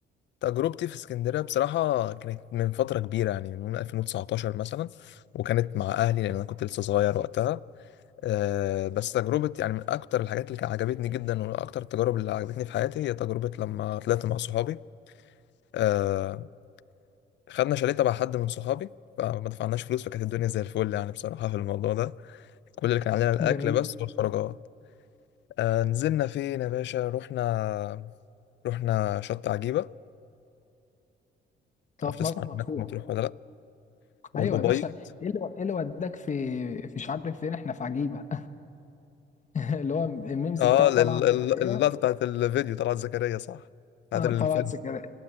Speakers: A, on the left; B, on the left.
A: تجربتي في اسكندريه بصراحه كانت من فتره كبيره يعني من 2019 مثلا وكانت مع اهلي لان انا كنت لسه صغير وقتها آه، بس تجربة يعني من أكتر الحاجات اللي كانت عجبتني جدا وأكتر التجارب اللي عجبتني في حياتي هي تجربة لما طلعت مع صحابي آه، خدنا شاليه تبع حد من صحابي فما دفعناش فلوس فكانت الدنيا زي الفل يعني بصراحة في الموضوع ده كل اللي كان علينا الأكل
B: جميل
A: بس والخروجات آه، نزلنا فين يا باشا رحنا رحنا شط عجيبة
B: طب
A: معرفش
B: في
A: تسمع
B: مرسى مطروح
A: عنها في مطروح ولا لأ والقبيض
B: ايوه يا باشا ايه اللي ايه اللي وداك في في مش عارف فين احنا في عجيبه <laughs> اللي هو الميمز
A: اه
B: بتاع
A: ال-
B: طلعت
A: ال- ال-
B: زكريا
A: اللقطة بتاعت الفيديو طلعت زكريا صح بتاعت
B: اه
A: الفيلم
B: طلعت زكريا